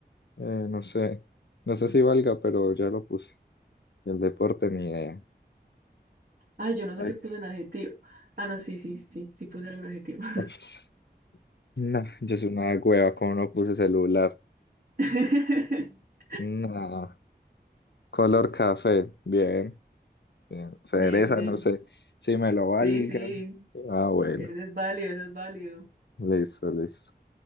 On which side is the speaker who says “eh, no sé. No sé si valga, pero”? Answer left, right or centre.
Left